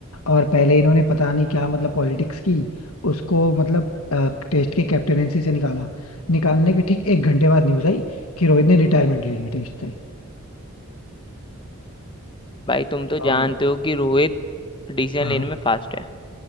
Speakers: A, on the left (about 80°); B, on the left (about 20°).
A: और पहले इन्होंने पता नहीं क्या मतलब पॉलिटिक्स की उसको मतलब टेस्ट के कैप्टनसी से निकाला निकालने के ठीक एक घंटे बाद न्यूज आई कि रोहित ने रिटायरमेंट ले ली टेस्ट से
B: भाई तुम तो जानते
A: और
B: हो कि रोहित डिसीजन
A: हाँ
B: लेने में फास्ट है